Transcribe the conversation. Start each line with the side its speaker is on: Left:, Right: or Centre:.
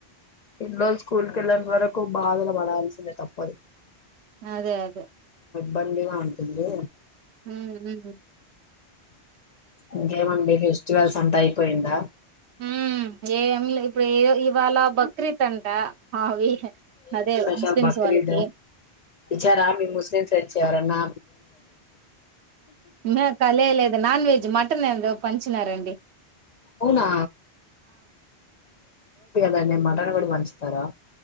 Left: పిల్లొల్లు స్కూల్ కి వెళ్ళంత వరకు బాధలు పడాల్సిందే తప్పదు
Right: అదే అదే
Left: బందివా అంటుంది
Right: హ్మ్ హ్మ్
Left: అ ఇంకేమండి ఫెస్టివల్స్ అంతాయి పోయిందా
Right: ఉమ్ ఏం లే ఇప్పుడు ఏ ఇవాళ బక్రీత్ అంట అవి
Left: ఏం
Right: అదే
Left: స్పెషల్
Right: ముస్లిమ్స్
Left: బక్రీదు
Right: వాళ్ళకి
Left: ఇచ్చారమి ముస్లిం నుంచి ఎరన్నా
Right: మ కాలే లేదు నాన్ వెజ్ మటన్ ఏదో పంచినారంండి
Left: అవునా గానే మటన్ కూడా వంచూతారా